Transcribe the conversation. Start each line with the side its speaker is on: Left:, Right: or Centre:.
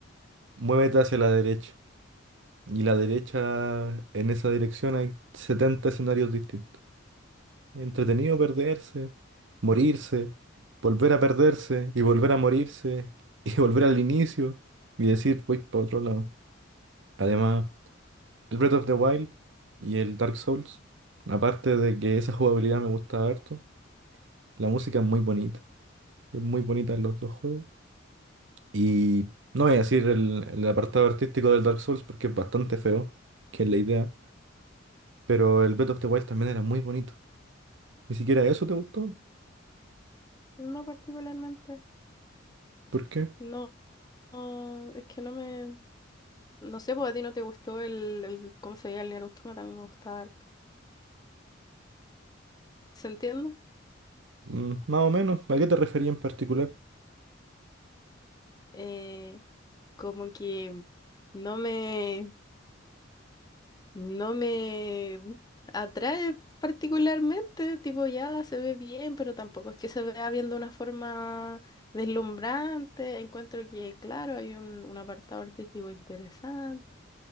Right: muévete hacia la derecha. Y la derecha, en esa dirección hay 70 escenarios distintos. Entretenido perderse, morirse, volver a perderse y volver a morirse y <laughs> volver al inicio y decir voy para otro lado. Además, el Breath of the Wild y el Dark Souls, aparte de que esa jugabilidad me gusta harto, la música es muy bonita. Es muy bonita en los dos juegos. Y no voy a decir el, el apartado artístico del Dark Souls porque es bastante feo, que es la idea. Pero el Breath of the Wild también era muy bonito. ¿Ni siquiera eso te gustó?
Left: no particularmente,
Right: ¿Por qué?
Left: no, no, es que no me, no sé, porque a ti no te gustó el, el cómo se veía el Nier Automata, a mí me gustaba harto. ¿Se entiende?
Right: Mm, más o menos. ¿A qué te refería en particular?
Left: Eh, como que no me, No me atrae particularmente, tipo ya se ve bien, pero tampoco es que se vea bien de una forma deslumbrante. Encuentro que, claro, hay un, un apartado artístico interesante,